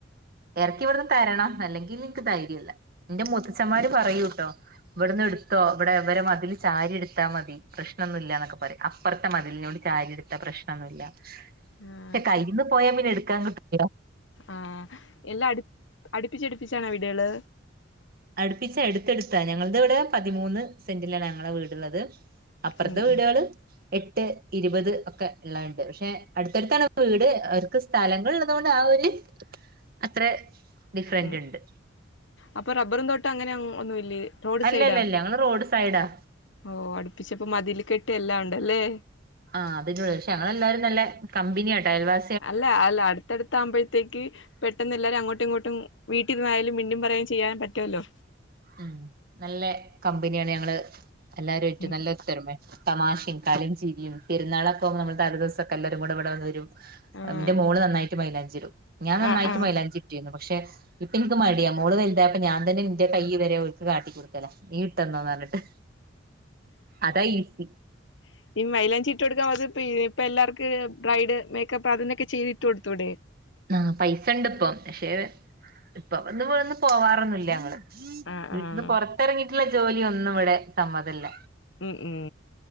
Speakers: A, on the right; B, on the left.
A: എറക്കി ഇവിടുന്ന് തരണം അല്ലെങ്കിൽ എനിക്ക് ധൈര്യല്ല ഇന്റെ മുത്തച്ഛന്മാര് പറയൂട്ടോ ഇവിടുന്ന് എടു ത്തോ ഇവിടെ ഇവരെ മതിൽ ചാരി എടുത്താൽ മതി പ്രശ്നൊന്നും ഇല്ലാന്നൊക്കെ പറയും അപ്പറത്തെ മതിലിനോട് ചാരി എടുത്ത പ്രശ് കാണൂല
B: ആഹ്
A: പക്ഷെ കയ്യ്ന്ന് പോയാ പിന്നെ എടുക്കാൻ കി
B: ആഹ് എല്ലാം അട് അടുപ്പിച്ചടുപ്പിച്ചാണോ വീടുകള്?
A: അട്പ്പിച്ച് എടുത്ത് എടുത്താ ഞങ്ങൾത് ഇവടെ പതിമൂന്ന് സെന്റിലാണ് ഞങ്ങളെ വീടുള്ളത് അപ്പർത്തെ
B: ഉം
A: വീടാള് എട്ട്, ഇരുപത് ഒക്കെ ഇള്ളഹ്ണ്ട് പക്ഷെ അടുത്തടുത്താണ് വീട് അവർക്ക് സ്ഥലങ്ങൾ ഇള്ളതുകൊണ്ട് ആഹ് ഒരു അത്ര ഡിഫറന്റ്
B: ഉം
A: ഇണ്ട്
B: അപ്പൊ റബ്ബറും തോട്ടം അങ്ങനെ ഒന്നും ഇല്ലേ റോഡ്
A: അല്ലല്ലല്ല
B: സൈഡാ?
A: ഞങ്ങള് റോഡ് സൈഡാ
B: ഓഹ് അടുപ്പിച്ചപ്പോ മതില് കെട്ട് എല്ലാം ഉണ്ടല്ലേ
A: ആഹ് അതിന്റെ ഉള്ളില് പക്ഷേ ഞങ്ങളെല്ലാരും നല്ലേ കമ്പനിയാട്ടോ അയൽ വാ
B: അല്ല അല്ല അട്ത്തടു ത്താമ്പഴത്തേക്ക് പെട്ടെന്ന് എല്ലാരും അങ്ങോട്ടും ഇങ്ങോട്ടും വീട്ടിരുന്നായാലും മിണ്ടിം പറയും ചെയ്യാൻ പറ്റുല്ലോ
A: ഉം നല്ല കമ്പനിയാണ് ഞങ്ങള് എല്ലാരും ആയിട്ട്
B: ഉം
A: നല്ല ഒത്തൊരുമേ തമാഷിം കളീം ചിരിയും പെരുന്നാളക്കെ നമ്മള് തലെ ദിവസം ഒക്കെ എല്ലാരും കൂടെ ഇവിടെ വരും
B: ഉം
A: ഇന്റെ മോള് നന്നായിട്ട് മൈലാഞ്ചിടും ഞാൻ നന്നായിട്ട്
B: ആഹ് ആഹ്
A: മൈലാഞ്ചി ഇട്ടീന്നു പക്ഷെ ഇപ്പ ഇൻക്ക് മടിയാ മോള് വൽതായപ്പോ ഞാൻ തന്നെ <unintelligible> കൈ വരെ ഒൽക്ക് കാട്ടിക്കൊടുക്കലാ ഈ ഇട്ടന്നോന്ന് ന്നർഞ്ട്ട് അതാ ഈസി
B: <inaudible> ഈ മൈലാഞ്ചി ഇട്ട് കൊടുക്കാം അത് പിന്നെ ഇപ്പ എല്ലാർക്ക് ബ്രൈഡ് മേക്കപ്പ് അതിനൊക്കെ ചെയ്ത് ഇട്ട് കൊടുത്തൂടെ
A: ആഹ് പൈസ ഇണ്ട് ഇപ്പം പക്ഷെ ഇപ്പ വന്ന് വന്ന് പോവാറൊന്നും ഇല്ല ഞങ്ങള്
B: ആഹ്
A: വീട്ട്ന്ന്
B: ആഹ്
A: പൊറത്തെറങ്ങിട്ട്ള്ള ജോലി ഒന്നും ഇവടെ സമ്മതല്ല
B: ഉം ഉം